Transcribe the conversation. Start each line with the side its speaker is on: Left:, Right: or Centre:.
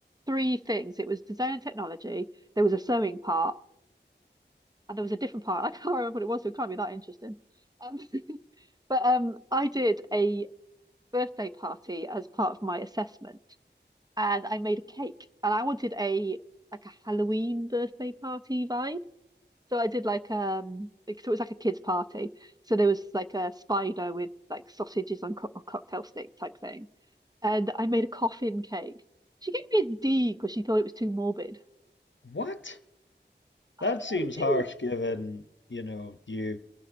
Right: three things. It was design and technology, there was a sewing part, and there was a different part. <laughs> I can't remember what it was, so it can't be that interesting. Um, <laughs> but um, I did a birthday party as part of my assessment, and I made a cake, and I wanted a like a Halloween birthday party vibe. So I did like um, like, so it was like a kids' party. So there was like a spider with like sausages on co or cocktail stick type thing. and I made a coffin cake. She gave me a D because she thought it was too morbid.
Left: What? That
Right: I know,
Left: seems
Right: it
Left: harsh
Right: was.
Left: given, you know, you